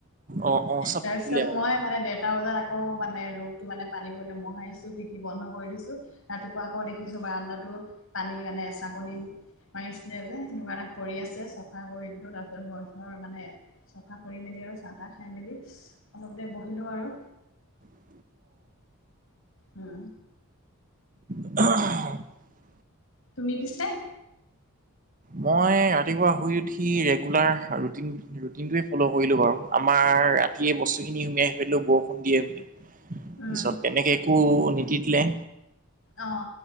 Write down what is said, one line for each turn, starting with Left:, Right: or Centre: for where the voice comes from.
Right: অ' অ' চব
Left: তাৰপিছত
Right: থাকিলে বাৰু
Left: মই মানে ডেৰটা বজাত আকৌ মানে ৰুমটো মানে পানী পৰিলে, মহাৰিছো। শী বন্ধ কৰি দিছো। ৰাতিপুৱা আকৌ দেখিছো বাৰাণ্ডাতো পানী মানে এচাকনি ম হেনেকুৱাতে পৰি আছে। চাফা কৰি দিলোঁ। তাৰপিছত ঘৰ-চৰ মানে চফা কৰি মেলি আৰু চাহ-তাহ খাই মেলি অলপ দেৰি বহিলো আৰু।
Right: উ
Left: উম।
Right: <inaudible>
Left: তুমি পিছে?
Right: মই ৰাতিপুৱা শুই উঠি ৰেগুলাৰ ৰুটিন। ৰুটিনটোৱ ফ'ল' কৰিলো বাৰু, আমাৰ ৰাতিয়ে বস্তুখিনি সুমিয়াই থৈ দিলোঁ বৰষুণ দিয়ে বুলি।
Left: উম
Right: পিছত তেনেকে একো নিতিতিলে
Left: অ